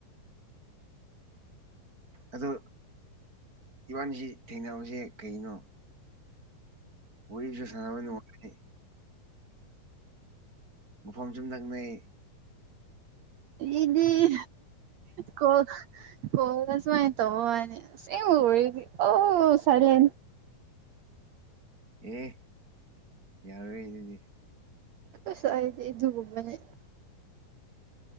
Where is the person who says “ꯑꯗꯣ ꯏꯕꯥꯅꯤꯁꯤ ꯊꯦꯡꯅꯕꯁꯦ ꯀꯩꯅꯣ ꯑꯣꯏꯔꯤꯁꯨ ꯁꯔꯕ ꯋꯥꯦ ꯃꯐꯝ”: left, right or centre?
Right